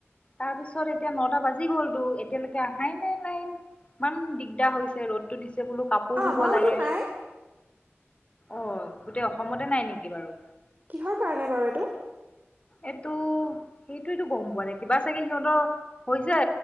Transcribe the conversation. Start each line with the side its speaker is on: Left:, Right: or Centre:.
Left: তাৰ পিছত এতিয়া নটা বাজি গ'লতো এতিয়ালৈকে আহাই নাই লাইন ইমান দিগদাৰ হৈছে ৰ'দতো দিচে বোলো কাপোৰ
Right: অ
Left: ধুব
Right: আমাৰোতো
Left: লাগে
Right: নাই।
Left: অ গোটেই অসমতে নাই নেকি বাৰু?
Right: কিহৰ কাৰণে বাৰু এইটো
Left: এইটো সেইটোটো গম পোৱা নাই কিবা চাগে সিহঁতৰ হৈছে